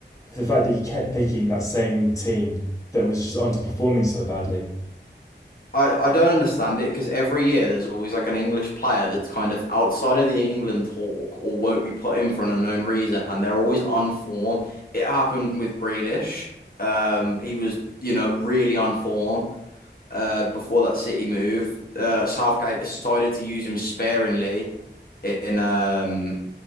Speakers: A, on the left; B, on the left.
A: the fact that he kept picking that same team that was just underperforming so badly.
B: I, I don't understand it because every year there's always like an English player that's kind of outside of the England talk or won't be put in for an unknown reason, and they're always on form. It happened with Grealish. Um, he was, you know, really on form uh, before that City move. Uh, Southgate decided to use him sparingly in um,